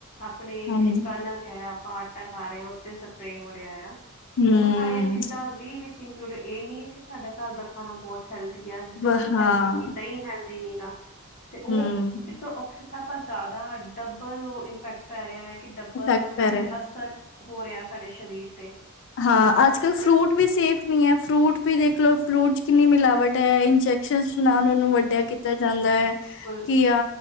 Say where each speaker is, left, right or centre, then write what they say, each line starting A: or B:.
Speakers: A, on the left; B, on the left.
A: ਆਪਣੀ
B: ਹਾਂਜੀ
A: ਜਿਹੜੀ ਕਣਕ ਹੈ, ਆਪਾਂ ਆਟਾ ਖਾ ਰਹੇ ਹਾਂ, ਉੱਥੇ ਸਪਰੇਅ ਹੋ ਰਿਹਾ ਆ।
B: ਹੂੰ
A: ਉਹ ਸਾਰੀਆਂ ਚੀਜ਼ਾਂ ਵੀ ਵਿੱਚ ਇੰਕਲੂਡ ਇਹ ਨਹੀਂ ਹੈ, ਕਿ ਸਾਡਾ ਘਰ ਦਾ ਖਾਣਾ ਬਹੁਤ ਹੈਲਦੀ ਆ,
B: ਵ
A: ਦੁੱਧ
B: ਹਾਂ
A: ਹੈਲਦੀ ਹੈਗੀ, ਦਹੀਂ ਹੈਲਦੀ ਨੀ ਗਾ, ਤੇ ਉਹ
B: ਹੂੰ
A: ਸਭਾ ਜ਼ਿਆਦਾ ਡਬਲ ਇੰਪੈਕਟ ਪੈ ਰਿਹਾ ਹੈ, ਕਿ ਡਬਲ
B: ਇਫੈਕਟ ਪੈ
A: ਸਾਡੇ
B: ਰਿਹਾ
A: ਤੇ ਅਸਰ ਹੋ ਰਿਹਾ ਸਾਡੇ ਸਰੀਰ ਤੇ
B: ਹਾਂ, ਅੱਜ
A: ਹੂੰ
B: ਕੱਲ ਫਰੂਟ ਵੀ ਸੇਫ ਨਹੀਂ ਹੈ, ਫਰੂਟ ਵੀ ਦੇਖ ਲਓ, ਫਰੂਟ ਚ ਕਿੰਨੀ ਮਿਲਾਵਟ ਹੈ ਇੰਜੈਕ ਇੰਜੈਕਸ਼ਨ ਨਾਲ ਉਹਨੂੰ ਵੱਡਿਆ ਕੀਤਾ ਜਾਂਦਾ ਹੈ,
A: ਬਿਲਕੁਲ
B: ਕਿ ਆ